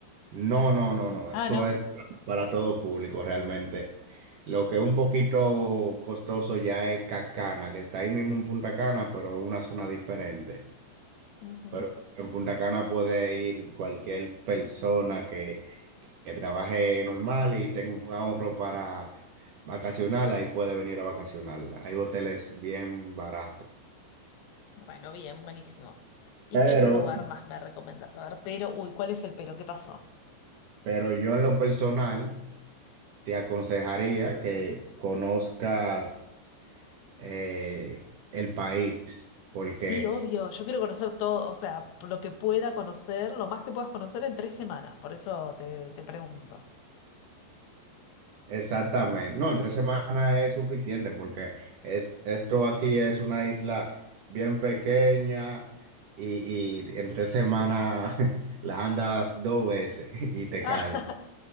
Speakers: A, on the right; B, on the left.
A: no, no, no, no,
B: Ah,
A: eso
B: ¿no?
A: es para todo público realmente. Lo que es un poquito costoso ya es Cacana, que está ahí mismo en Punta Cana, pero una zona diferente.
B: Ujú.
A: Pero en Punta Cana puede ir cualquier persona que, que trabaje normal y tenga un ahorro para vacacionar, ahí puede venir a vacacionar. Hay hoteles bien baratos.
B: Bueno, bien, buenísimo. ¿Y
A: Pero,
B: qué otro lugar más me recomendás? A ver, pero, uy, ¿cuál es el pero? ¿Qué pasó?
A: pero yo en lo personal te aconsejaría que conozcas eh, el país, porque
B: Sí, obvio, yo quiero conocer todo, o sea, por lo que pueda conocer, lo más que puedas conocer en tres semanas, por eso te, te pregunto.
A: Exactamente. No, en tres semanas es suficiente porque es- esto aquí es una isla bien pequeña y, y en tres semanas <laughs> la andas dos veces <laughs> y te
B: <laughs>
A: caes.